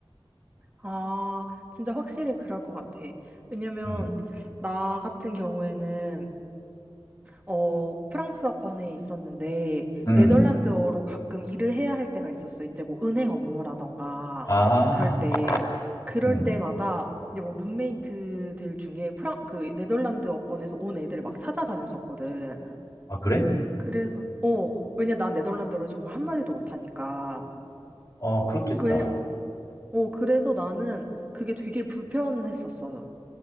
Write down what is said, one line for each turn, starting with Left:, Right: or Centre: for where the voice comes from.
Right: 아, 진짜 확실히 그럴 것 같아. 왜냐면,
Left: 음.
Right: 나 같은 경우에는 어, 프랑스어권에 있었는데,
Left: 음.
Right: 네덜란드어로 가끔 일을 해야 할 때가 있었어. 이제 뭐 은행 업무라던가,
Left: 아.
Right: 그럴 때. 그럴
Left: 음.
Right: 때마다, 이제 뭐 룸메이트들 중에 프랑, 그 네덜란드어권에서 온 애들을 막 찾아다녔었거든.
Left: 아, 그래?
Right: 그래서, 어, 왜냐 난 네덜란드어를 정말 한마디도 못하니까.
Left: 어, 그렇겠다.
Right: 그, 어, 그래서 나는 그게 되게 불편했었어.